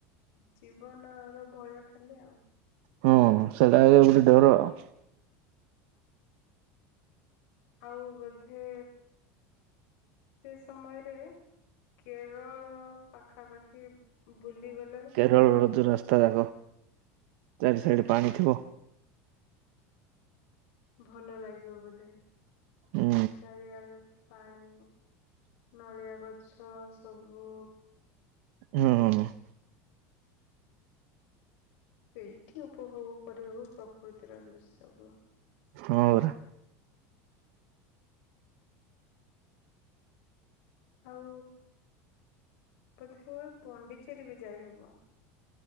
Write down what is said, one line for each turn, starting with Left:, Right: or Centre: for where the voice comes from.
Left: ଜୀବନର ଭୟ ଖାଲି ଆଉ।
Right: ହଁ ସେଇଟା ଆଗା ବି ଗୋଟେ ଡର ଆଉ।
Left: ଆଉ ବୋଧେ ସେ ସମୟରେ କେରଳ ପାଖାପାଖି ବୁଲିଗଲେ
Right: କେଳରର ଯୋଉ ରାସ୍ତା ଯାକ, ଚାରି ସାଇଡ
Left: ଆଜ୍ଞା
Right: ପାଣି ଥିବ
Left: ଭଲ ଲାଗିବ ବୋଧେ,
Right: ହୁଁ
Left: ଚାରିଆଡେ ପାଣି, ନଳିଆ ଗଛ ସବୁ
Right: ହଁ।
Left: ସେଇଠି ଉପଭୋଗ କରିହବ ପ୍ରକୃତିର ଦୃଶ୍ୟକୁ।
Right: ହଁ ପରା।
Left: ଆଉ ବୋଧେ ହୁଏ ପଣ୍ଡିଚେରୀ ବି ଯାଇହବ।